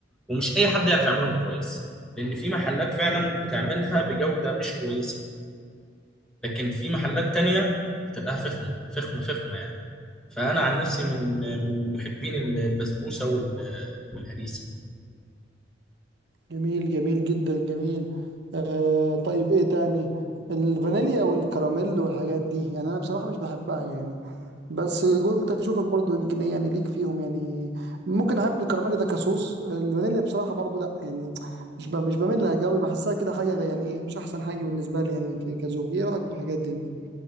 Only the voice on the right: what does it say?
مم.
جميل جميل جدا جميل آه طيب ايه تاني الفانيليا والكراميل والحاجات دي يعني انا بصراحة مش بحبها يعني بس قلت اشوفك برضو يمكن ايه يعني ليك فيهم يعني ممكن احب الكراميل ده كصوص الفانيليا بصراحة برضو لا يعني مش ب- مش بميل لها قوي بحسها كده حاجة يعني ايه مش احسن حاجة بالنسبة لي يعني ك- كزوج ايه رأيك في الحاجات دي انت؟